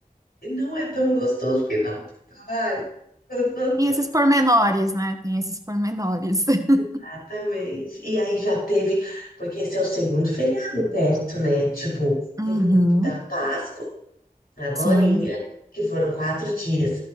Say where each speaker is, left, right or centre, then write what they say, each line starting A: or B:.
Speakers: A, on the left (about 75°); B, on the right (about 20°).
A: não é tão gostoso porque não tem trabalho. <laughs>
B: Tem esses pormenores, né? Tem esses pormenores. <laughs>
A: Exatamente. E aí já teve, porque esse é o segundo feriado perto, né? Tipo,
B: Uhum,
A: teve o da Páscoa. agorinha,
B: sim.
A: que foram quatro dias.